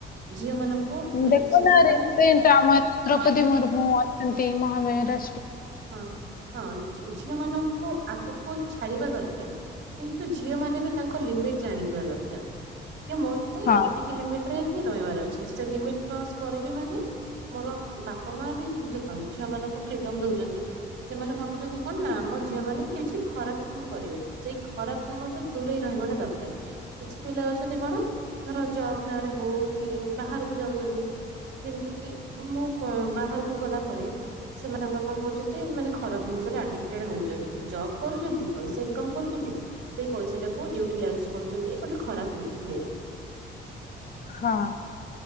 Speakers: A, on the right; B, on the left.
A: ଝିଅ ମାନଙ୍କୁ
B: ଦେଖୁନ
A: ସେ
B: ଆମର
A: ମାନେ
B: ଦ୍ରୌପଦୀ
A: ହଁ
B: ମୁର୍ମୁ ଛନ୍ତି ମହାମୟ ରା
A: ହଁ ହଁ ଝିଅ ମାନଙ୍କ ଙ୍କୁ ଆଗକୁ ଛାଡିବା ଦରକାର କିନ୍ତୁ ଝିଅ ମାନେ ବି ତାଙ୍କ ଲିମିଟ ଜାଣିଥିବା ଦରକାର। ମତେ
B: ହଁ
A: ଏତିକି ଲିମିଟ ରେ ହିଁ ର ଅଛି। ସେ ଲିମିଟ କ୍ରସ୍ କରିବି ମାନେ ମୋର ବାପା ମା ବି ଦେଖ ଛୁଆ ମାନଙ୍କୁ ଫ୍ରିଡମ ଦଉଛନ୍ତି ଜ ସେମାନେ ଭାବୁଛନ୍ତି କଣ ନା ଆମ ଝିଅ ମାନେ କିଛି ଖରାପ କାମ କରିବେନି ସେଇ ଖରାପ କାମଠୁ ଦୂରେଇ ରହିବାଟା ଦରକାର। କିଛି ପିଲା ଅଛନ୍ତି କଣ ଧର ଜବ ନାଁରେ ହଉ କି ବାହାରକୁ ଯାଉଛନ୍ତି ଯେମିତି କି ମୁଁ ବାହାରକୁ ଗଲା ପରେ ସେମାନଙ୍କର କଣ ଛନ୍ତି ଖରା ଜିନିସ ରେ ଆଡିପଟେଡ୍ ହଉଛନ୍ତି। ଜବ କରୁଛନ୍ତି ପଇସା ଇନକମ୍ କରୁଛନ୍ତି ସେଇ ପଇସାଟାକୁ ୟୁାଟିଲାଇଯ କରୁଛନ୍ତି ଗୋଟେ ଖରାପ ୱେ ରେ।
B: ହଁ